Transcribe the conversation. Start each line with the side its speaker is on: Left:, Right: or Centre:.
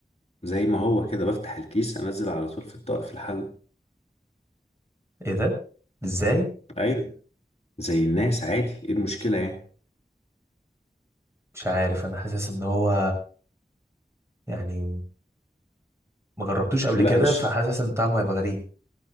Left: زي ما هو كده بفتح الكيس انزل على طول في الطاق في الحل
Right: ايه ده ازاي
Left: ايوه زي الناس عادي ايه المشكله يعني
Right: مش عارف انا حاسس ان هو يعني ما جربتوش قبل
Left: لا
Right: كده
Left: مش
Right: فحاسس ان طعمه هيبقى غريب